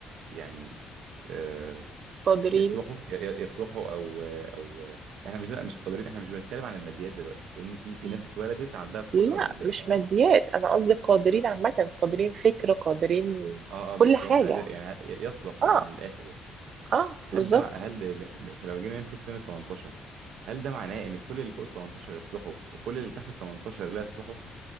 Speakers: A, on the right; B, on the right.
A: يعني آه
B: قادرين
A: يصلحوا ي- ي- يصلحوا او او احنا مش لا مش قادرين احنا مش بنتكلم عن الماديات دلوقتي لان في في
B: مم.
A: ناس اتولدت عندها القدرة
B: لا
A: المادية
B: مش
A: تمام
B: ماديات انا قصدي قادرين عامة قادرين فكر
A: اه
B: قادرين
A: اه آه، بالظبط
B: كل حاجة
A: قادر يعني ي- يصلح بال-
B: اه
A: من الاخر يعني
B: اه
A: هل
B: بالظبط
A: ده مع... هل ده ب- فلو جينا نمسك سن ال 18 هل ده معناه ان كل اللي فوق ال 18 يصلحوا وكل اللي تحت ال 18 لا يصلحوا